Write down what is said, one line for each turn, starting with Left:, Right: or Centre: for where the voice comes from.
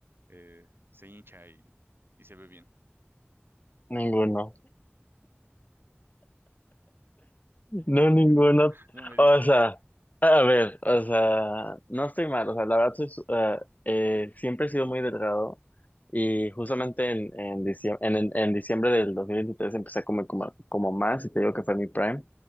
Right: eh, se hincha y, y se ve bien?
Left: ninguno. No, ninguno.
Right: <laughs> No, no me dije.
Left: O sea, a ver, o sea, no estoy mal. O sea, la verdad, soy su- eh, eh, siempre he sido muy delgado. Y justamente en, en, diciembre, en, en- en diciembre del 2023 empecé a comer como, como más. Y te digo que fue mi prime.